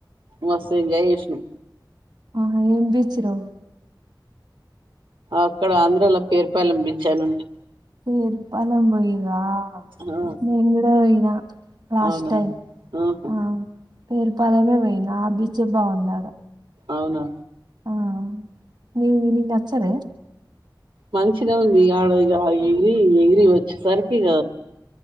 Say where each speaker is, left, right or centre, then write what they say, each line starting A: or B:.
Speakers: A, on the right; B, on the right.
A: మస్త్ ఎంజాయ్ చేశ్నం
B: ఆహా ఏం తెచ్చిర్రో
A: అక్కడ ఆంధ్రల పేర్ పాలేం బీచ్ చేయ్ మంది
B: పేరు పాలెం పోయి రా
A: ఆ
B: నేన్ గూడా పొయినా లాస్ట్
A: అవునా
B: టైం
A: ఆహా
B: ఆ పేరు పాళెమే పోయినా ఆ బీచే బావుందాడ
A: అవునా
B: ఆ <inaudible> నచ్చదే
A: మంచిన ఉంది ఆడ ఇగ అవి ఎగిరి ఎగిరి వచ్చేసరికిక